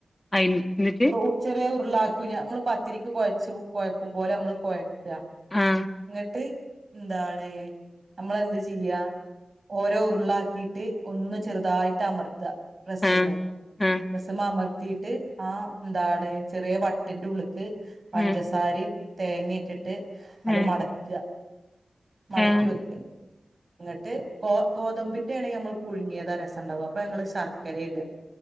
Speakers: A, on the left; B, on the right.
A: അയ്ല് ഇന്നിട്ട്
B: ഉ ചെറിയ ഉരുളാക്കു ഞ. മ്മള് പത്തിരിക്ക് കൊഴച്ച് കൊഴക്കുമ്പോലെ നമ്മള് കൊഴ <unintelligible>
A: ആഹ്
B: ന്നിട്ട് ന്താണ് നമ്മളെന്ത് ചെയ്യാ ഓരോ ഉറ്ളാക്കീട്ട് ഒന്ന് ചെറുതായിട്ടമർത്ത. പ്രസ്സുമ്മേ
A: ആഹ് ആഹ്
B: പ്രസ്സുമാമർത്തീട്ട് ആഹ് ന്താണ് ചെറിയ വട്ടിൻ്റുള്ളുക്ക് പഞ്ചസാരിം
A: ആഹ്
B: തേങ്ങേട്ടിട്ട് അത്
A: ആഹ്
B: മടക്ക്അ മടക്കി
A: ആഹ്
B: വെക്ക. ഇന്ന്ട്ട് ഗോ ഗോതമ്പിൻ്റേണെങ്കി അമ്മള് പുഴുങ്ങിയതാ രസണ്ടാവ. അപ്പൊ ഞങ്ങള് ശർക്കരെ ഇട.